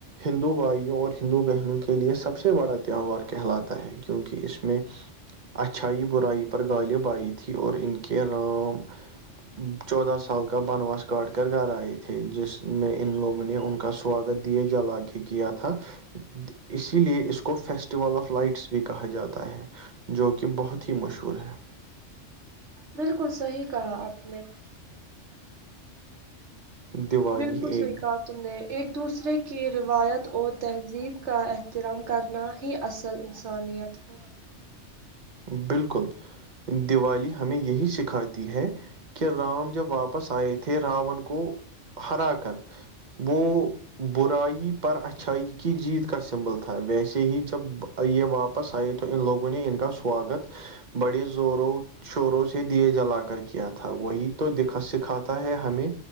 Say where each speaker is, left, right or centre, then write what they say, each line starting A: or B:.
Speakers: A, on the right; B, on the right.
A: ہندو بھائیوں اور ہندو بہنوں کے لیے سب- سب سے بڑا تہوار کہلاتا ہے، کیونکہ اس میں- اچھائی- برائی پر غالب آئی تھی اور ان کے رام- چودہ سال کا بنواس- کاٹ کر گھر آئے تھے جس میں ان لوگوں نے ان کا سواگت دیے جلا کے کیا تھا- <inaudible> کے لیے اس کو فیسٹیول آف لائٹس بھی کہا جاتا ہے جو کہ بہت ہی مشہور ہے-
B: بالکل صحی کہا آپ نے
A: دیوالی
B: بالکل
A: ایک
B: سحی کا تم نے ایک دوسرے کی روایت اور تہذیب کا احترام کرنا ہی اصل ان سانیت ہے
A: بالکل دیوالی ہمیں یہی سکھاتی ہے کہ رام جب واپس آئے تھے راون کو ہرا کر وہ برائی پر اچھائی کی جیت کا سمبل تھا ویسے ہی جب یہ واپ س آئی تو ان لوگوں نے ان کا سواگت بڑی زوروں شوروں سے دیے جلا کر کیا تھا وہی توا سکھاتا ہے ہمیں